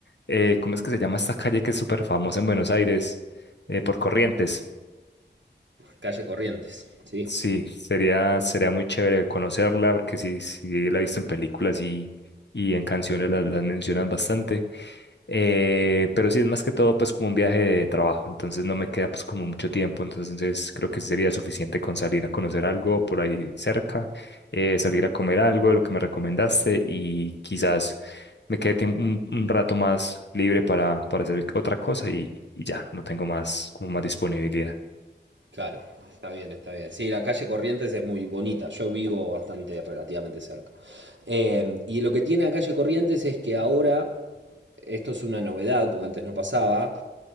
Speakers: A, on the left; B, on the right.
A: eh, ¿cómo es que se llama esta calle que es súper famosa en Buenos Aires? Eh, por Corrientes.
B: Calle Corrientes, sí.
A: Sí, sería, sería muy chévere conocerla, porque sí, sí la he visto en películas y, y en canciones las las mencionan bastante. Eh, pero sí, es más que todo pues como un viaje de trabajo, entonces no me queda pues como mucho tiempo, entonces creo que sería suficiente con salir a conocer algo por ahí cerca, eh, salir a comer algo, lo que me recomendaste y quizás me quede tiemp- un, un rato más libre para, para hacer otra cosa y, y ya, no tengo más como más disponibilidad.
B: Claro, está bien, está bien. Sí, la calle Corrientes es muy bonita. Yo vivo bastante relativamente cerca. Eh, y lo que tiene la calle Corrientes es que ahora, esto es una novedad porque antes no pasaba,